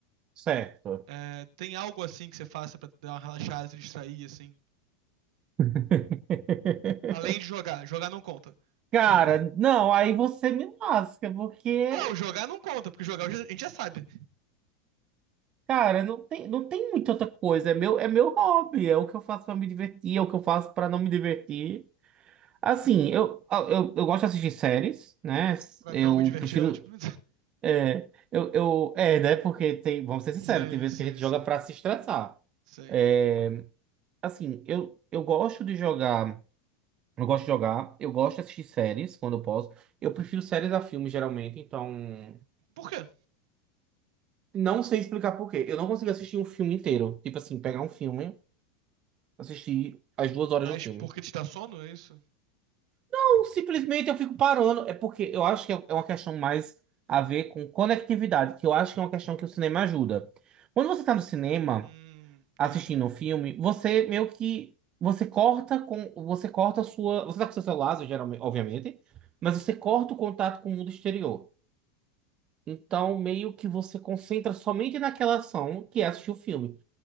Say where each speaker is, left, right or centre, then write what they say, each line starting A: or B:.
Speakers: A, on the right; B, on the right.
A: Certo.
B: É, tem algo assim que você faça pra dar uma relaxada, se distrair, assim?
A: <laughs>
B: Além de jogar. Jogar não conta.
A: Cara,
B: <laughs>
A: não, aí você me lasca, porque,
B: não, jogar não conta, porque jogar eu já- a gente já sabe.
A: cara, não tem, não tem muita outra coisa. É meu, é meu hobby, é o que eu faço pra me divertir, é o que eu faço pra não me divertir. Assim, eu, eu, eu gosto de assistir séries, né?
B: Pra
A: Eu
B: não me divertir
A: prefiro.
B: é ótimo.
A: É, eu, eu, é, né? Porque tem, vamos ser sinceros,
B: <laughs> sei,
A: tem vezes
B: sei,
A: que a gente joga
B: sei.
A: pra se estressar.
B: Sei.
A: É, assim, eu, eu gosto de jogar. Eu gosto de jogar, eu gosto de assistir séries quando eu posso. Eu prefiro séries a filmes, geralmente, então.
B: Por quê?
A: Não sei explicar por quê. Eu não consigo assistir um filme inteiro. Tipo assim, pegar um filme, assistir as duas horas
B: Mas
A: do filme.
B: porque ele está sono, é isso?
A: Ou simplesmente eu fico parando. É porque eu acho que é é uma questão mais a ver com conectividade, que eu acho que é uma questão que o cinema ajuda. Quando você tá no cinema
B: Hum,
A: assistindo
B: é,
A: um filme, você meio que. Você corta com. Você corta a sua. Você tá com seu celular, geralmente, obviamente, mas
B: tem.
A: você corta o contato com o mundo exterior. Então, meio que você concentra somente naquela ação que é assistir o filme.